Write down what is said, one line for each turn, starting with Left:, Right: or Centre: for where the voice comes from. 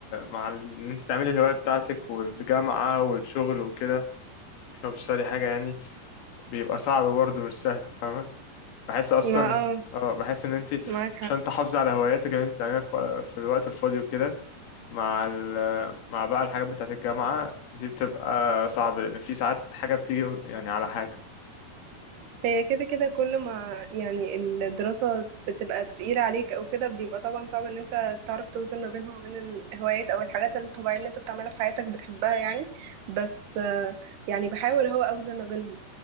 Left: مع ال- ان انت تعملي الهواية بتاعتك والجامعة والشغل وكده لو بتشتغلي حاجة يعني بيبقى صعب برضه مش سهل فاهمة بحس اصلا
Right: ما اه
Left: اه بحس ان انت
Right: معاك حق
Left: عشان تحافظي على هواياتك اللي انت بتعمليها في في الوقت الفاضي وكده مع ال مع بقى الحاجات بتاعت الجامعة دي بتبقى صعب لأن في ساعات حاجة بتيجي يعني على حاجة
Right: هي كده كده كل ما يعني الدراسة بتبقى تقيلة عليك أو كده بيبقى طبعا صعب إن أنت تعرف توزن ما بينها وبين الهوايات أو الحاجات الطبيعية اللي أنت بتعملها في حياتك بتحبها يعني بس آه، يعني بحاول هو أوزن ما بينهم